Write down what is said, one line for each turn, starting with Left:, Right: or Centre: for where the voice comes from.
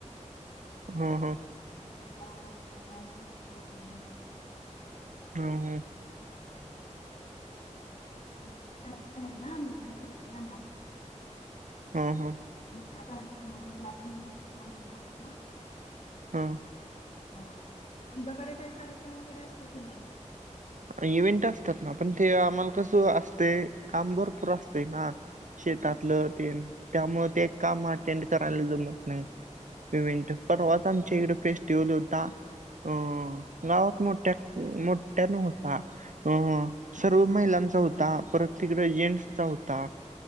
Left: <unintelligible>
Right: हम्-हम,
Left: ह सकाळ उ टायचं आणित रोटी
Right: हो-हो,
Left: आण ते कार्यक्रम ना उकडे ना
Right: हम-हम,
Left: म त्या्या कार्यक्रमा बद्दल आपण उद्याच्या कोणावर बोलू ना,
Right: हा,
Left: हा तुमच्याकडे काही कार्यक्रम वगैरे असतो की नाही.
Right: इव्हेंट असतात ना पण ते आम्हाला कसं असते काम भरपूर असते ना, शेतातलं
Left: हा.
Right: ते त्यामुळे ते काम अटेंड करायला जमत नाही <inaudible> इव्हेंट पण आज आमच्या इकडे फेस्ट ते ल होता अ गावात मोठ्या मोठ्या नत ह अ सर्व महिलांचा होता. परत तकडे जेंट्सचा होता